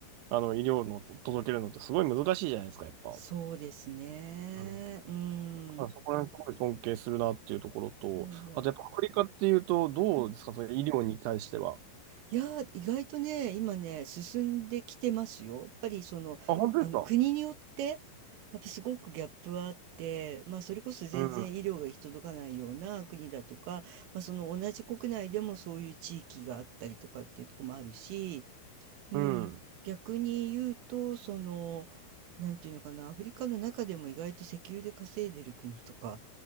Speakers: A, on the right; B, on the right.
A: あの、医療の届けるのってすごい難しいじゃないですか、やっぱ。
B: そうですね。
A: うん
B: うん。
A: あそこら辺すごい尊敬するなっていうところと、
B: いやいや。
A: あとやっぱアフリカっていうと、どうですか、
B: うん
A: その医療に対しては。
B: いやー、意外とね、今ね、進んできてますよ。やっぱりその、
A: あ、本当ですか
B: あの国によって、やっぱすごくギャップはあって、まあそれこそ全然医療が行き届かないような国だとか、
A: うん。
B: まあその同じ国内でもそういう地域があったりとかっていうところもあるし、うん、
A: うん。
B: 逆に言うと、その、なんていうのかな、アフリカの中でも意外と石油で稼いでる国とか